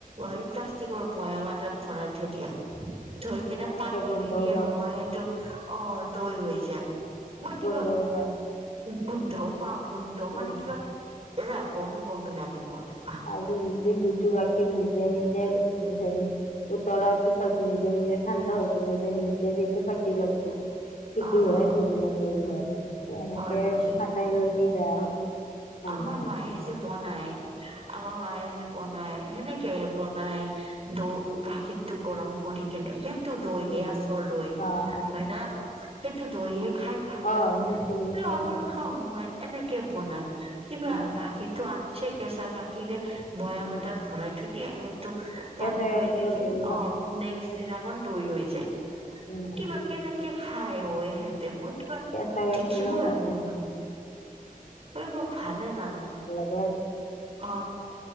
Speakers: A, on the right; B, on the left.
A: এই প্লাষ্টিকৰ বয়াম এটাত ভৰাই থৈ দিয়ে। থৈ কেনে
B: সেনেকে
A: পানী
B: গোন্ধ
A: এৰি দিয়ে
B: ওলাব
A: নহয় সেইটো অ দৈ হৈ যায়। মই কিবা
B: গোন্ধ ওলাই
A: গোন্ধ পাওঁ, গোন্ধ মানে
B: উম
A: কিবা এই বমি-বমি লাগে কিবা।
B: আৰু নিজ যিটো গাখীৰ নিজৰ-নিজৰ হেৰি উতলাৰ পিছত নিজে-নিজে ঠাণ্ডা হৈ কেনেকে যে নিজে যেতিয়া ফাটি যাব। সেইটো
A: অ অ
B: হয়
A: অ
B: ধুনীয়া দৈ হয় আৰু এনেকে
A: হয় নেকি
B: ফাটাই ললে বেয়া হয়। ভাল
A: আমাৰ
B: নহয়
A: মায়ে যে বনায়, আমাৰ মায়ে যে বনায় সেনেক কে বনায় দ গাখীৰটো গৰম কৰি কেনে। সে সেইটো দৈহে
B: উম
A: আচল দৈ
B: অ' অ'
A: হয় না? সেইটো দৈহে খাই ভাল
B: অ'
A: লাগে।
B: সেইখিনি
A: হলেও
B: খাই
A: আমাৰ
B: ভাল লাগে
A: শাহু মায়ে এনেকে বনায়। কিবা
B: উম
A: গাখীৰটো আনছে কেঁচা গাখীৰে বৈয়াম
B: উম
A: এটাত ভৰাই থৈ দিয়ে। এ
B: কেঁচা
A: পানীটো
B: গাখীৰত
A: এৰি দিয়ে
B: দৈ ভাল নালাগে
A: নেক্স দিনাখন দৈ হৈ যায়।
B: উম,
A: কিবা কেনেকে খাই ইহঁতে মই কিবা
B: কেঁচা গাখীৰৰ
A: দেখিবই
B: ভালে
A: নোৱাৰো।
B: নালাগে
A: এই কিবা ভালেই নালাগে।
B: হয়। <unintelligible>
A: অ,